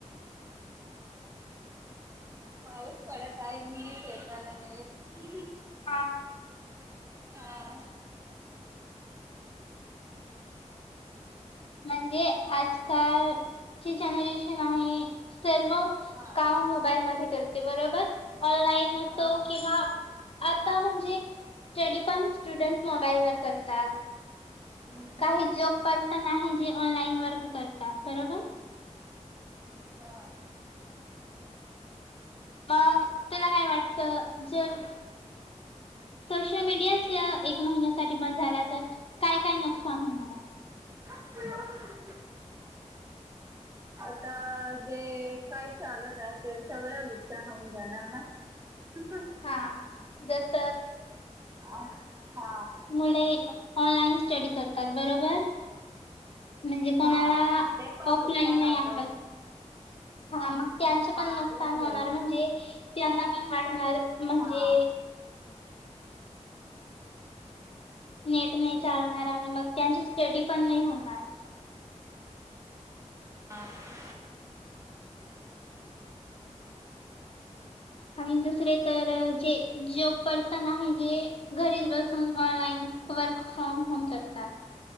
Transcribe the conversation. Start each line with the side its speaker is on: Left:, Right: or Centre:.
Right: पाऊस पडत आहेती फेकायला नाहीेत
Left: हा.
Right: हा
Left: म्हणजे आजकालची जनरेशन आहे सर्व
Right: हा
Left: काम मोबाईल म करते बरोबर ऑनलाईन असतो
Right: हा
Left: किंवा आता म्हणजे स्टडी पण स्टुडंट मोबाईलवरर करतात
Right: हम्म,
Left: काही जॉब पर्सन आहे जे ऑनलाईइन वर्क करतात बरोबर
Right: हा
Left: मग तुला काय वाटत जर सोशल मीडिया एक महिन्यासाठी बंद झाला. तर काय काय नुकसान आहे मला
Right: <inaudible> आता जे काय चालत आहे. ते सगळं नुकसान होऊन जाणार ना ह <unintelligible>
Left: हा जस
Right: हा हा
Left: मुळे ऑनलाईन स्टडी करतात. बरोबर म्हणजे कोणाला
Right: हा ते पण
Left: ऑफलाईन
Right: नुकसान
Left: नाही.
Right: होत
Left: आपल हा मग त्यांच पण
Right: हा
Left: नुकसान
Right: आपल्याकडे
Left: होणार म्हणजे त्यांना पण वाटणार म्हणजे
Right: हा
Left: नेट नाही चालणार आणि मग त्यांची स्टडी पण नाही. होणार
Right: हा
Left: आणि दुसरे तर जे जॉब पर्सन आहे. जे घरीच बसून ऑनलाइन वर्क फ्रॉम होम करतात.